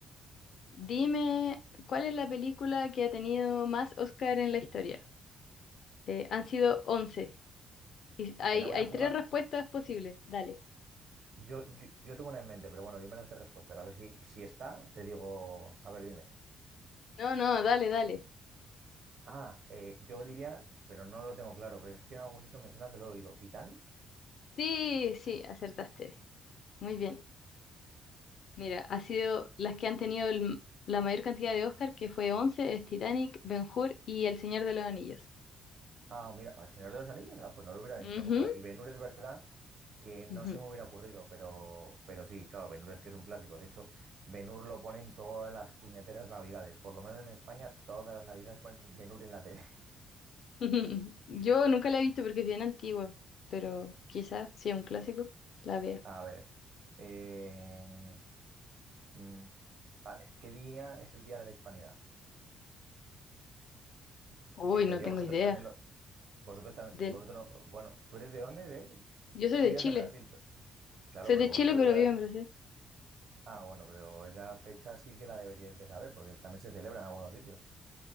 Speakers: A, on the left (about 60°); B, on the right (about 65°).
A: Dime, ¿cuál es la película que ha tenido más Oscar en la historia? Eh, han sido once Y hay,
B: me la voy
A: hay
B: a jugar.
A: tres respuestas posibles. Dale.
B: Yo, yo, yo tengo una en mente, pero bueno, dime las tres respuestas. A ver si, si está, te digo. A ver, dime.
A: No, no, dale, dale.
B: Ah, eh, yo diría, pero no lo tengo claro, pero es que en algún sitio me suena que lo he oído. ¿Titanic?
A: Sí, sí, acertaste. Muy bien. Mira, ha sido las que han tenido el- la mayor cantidad de Oscar, que fue once es Titanic, Ben-Hur y El Señor de los Anillos.
B: Ah, mira, El Señor de los Anillos, ah, pues no lo hubiera
A: Ujú,
B: dicho nunca. Y Ben es verdad que no
A: ujú.
B: se me hubiera ocurrido, pero, pero sí, claro, Ben es que es un clásico. De hecho, Ben lo ponen todas las puñeteras navidades. Por lo menos en España, todas las navidades ponen Ben en la tele.
A: <laughs> Yo nunca la he visto porque es bien antigua, pero quizás si es un clásico, la
B: <laughs>
A: vea.
B: A ver. eh, Mm, vale, ¿qué día es el Día de la Hispanidad?
A: Uy,
B: Que en teoría
A: no tengo
B: vosotros
A: idea.
B: también lo... Vosotros también...
A: Del...
B: Vosotros... no- Bueno, ¿tú eres de dónde? De...
A: Yo soy
B: Tú
A: de
B: vivías
A: Chile.
B: en Brasil. pe- Claro,
A: Soy
B: pero
A: de
B: vosotros
A: Chile, pero
B: esa...
A: vivo
B: fe-
A: en Brasil.
B: Ah, bueno, pero esa fecha sí que la deberíais de saber, porque también se celebra en algunos sitios.